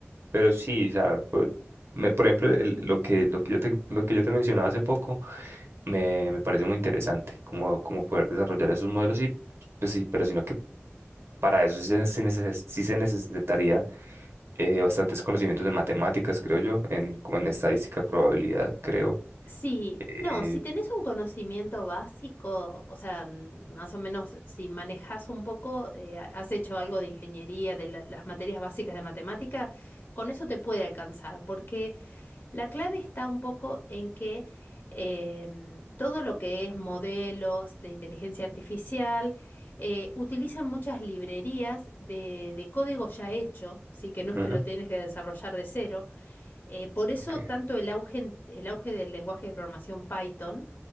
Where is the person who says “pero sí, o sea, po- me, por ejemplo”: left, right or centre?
Right